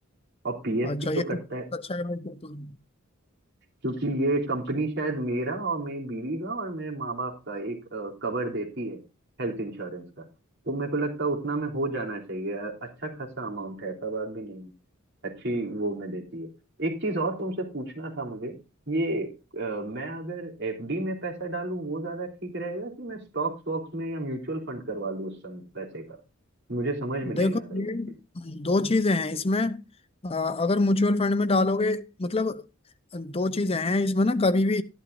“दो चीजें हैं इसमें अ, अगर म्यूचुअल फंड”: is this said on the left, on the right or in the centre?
Left